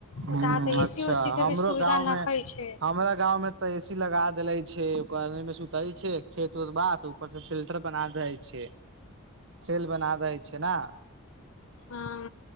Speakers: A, on the right; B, on the left.
A: हम्म
B: ओतहाँ तऽ ए
A: अच्छा
B: सी उसी के
A: हमरो
B: भी सुविधा
A: गांव
B: नखै
A: मे,
B: छै
A: हमरा गाँंव में तऽ ए सी लगा देल‌ई छै। गमी मे सुतै छै, खेत उत बा त ऊपर से सेल्टर बनाल रहै छै। सेल बना दै छै ना।
B: हां